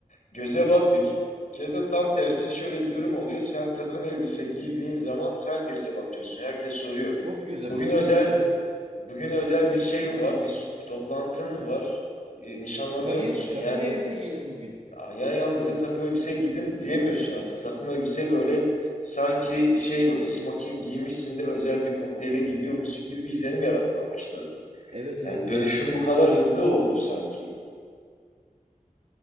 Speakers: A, on the left; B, on the right.
A: göze batmıyorsun. Keza tam tersi şöyle bir durum oluyor. Sen takım elbise giydiğin zaman sen göze batıyorsun. Herkes soruyor.
B: çok göze
A: Bugün
B: batıyorsun.
A: özel
B: Evet.
A: bugün özel bir şey mi var? Bir toplantın mı var? E, nişanlanıyor
B: Hayır,
A: musun?
B: takım
A: Yani
B: elbise giydim bugün.
A: ya yalnızca takım elbise giydim diyemiyorsun
B: Evet.
A: artık. Takım elbise böyle sanki şey böyle smoking giymişsin de özel bir kokteyle gidiyormuşsun gibi bir izlenim yaratmaya başladı.
B: Evet
A: Yani
B: evet
A: dönüşüm
B: gerçekten.
A: bu kadar hızlı oldu sanki.